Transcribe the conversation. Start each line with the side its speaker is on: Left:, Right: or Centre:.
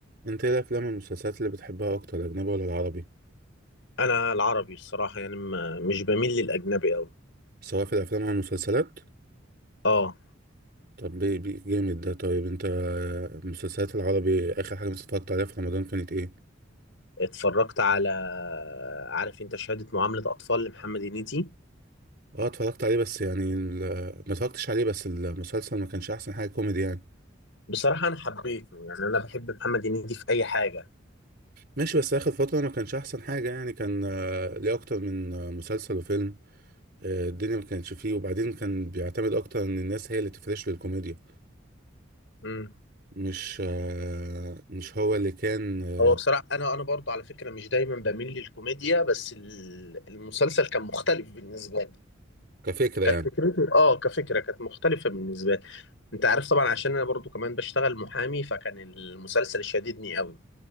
Right: انت ايه الافلام والمسلسلات اللي بتحبها اكتر الاجنبي ولا العربي
Left: انا العربي الصراحه يعني ما مش بميل للاجنبي قوي
Right: سواء في الافلام او المسلسلات
Left: اه
Right: طب بي بي جامد ده طيب انت المسلسلات العربي اخر حاجه مثلا اتفرجت عليها في رمضان كانت ايه
Left: اتفرجت على عارف انت شهاده معامله اطفال لمحمد هنيدي
Right: اه اتفرجت عليه بس يعني ال- ما اتفرجتش عليه بس المسلسل ما كانش احسن حاجه كوميدي يعني
Left: بصراحه انا حبيته يعني انا بحب محمد هنيدي في اي حاجه
Right: ماشي بس اخر فتره ما كانش احسن حاجه يعني كان آه، ليه اكتر من آه، مسلسل وفيلم آه، الدنيا ما كانش فيه وبعدين كان بيعتمد اكتر ان الناس هي اللي تفرش للكوميديا
Left: امم
Right: مش آه، مش هو اللي كان آه،
Left: هو بصراحه انا انا برضو على فكره مش دايما بميل للكوميديا بس ال- المسلسل كان مختلف بالنسبه لي
Right: كفكره
Left: كانت
Right: يعني
Left: فكرته اه كفكره كانت مختلفه بالنسبه لي انت عارف طبعا عشان انا برضو كمان بشتغل محامي فكان المسلسل شاددني قوي